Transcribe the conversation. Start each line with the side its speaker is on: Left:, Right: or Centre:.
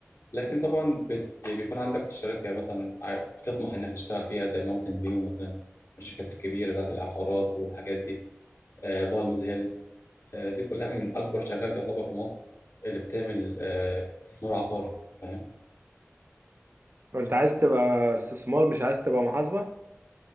Left: لكن طبعا بت... بيكون عندك شركة مثلا ع- بتطمح إنك تشتغل فيها زي ماونتن فيو مثلا الشركات الكبيرة بتاعت العقارات والحاجات دي آه بالمز هيلز آه دي كلها من أكبر شركات يعتبر في مصر اللي بتعمل آه استثمار عقاري فاهم
Right: ما أنت عايز تبقى استثمار مش عايز تبقى محاسبة